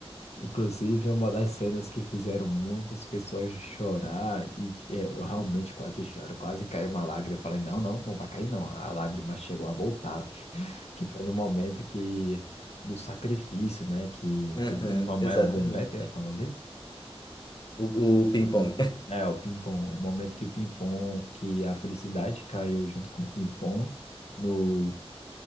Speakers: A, on the left; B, on the left.
A: Inclusive, é uma das cenas que fizeram muitas pessoas chorar e é, eu realmente quase choro, quase caiu uma lágrima. Eu falei, não, não, não vai cair não. A lágrima chegou a voltar, <laughs> que foi no momento que do sacrifício, né? Que
B: Aham,
A: o como
B: exatamente.
A: é o Boom Bap, é qual é o nome dele?
B: O, o ping-pong.
A: É o Pimpom, o momento que o Pimpom, que a felicidade caiu junto com o Pimpom no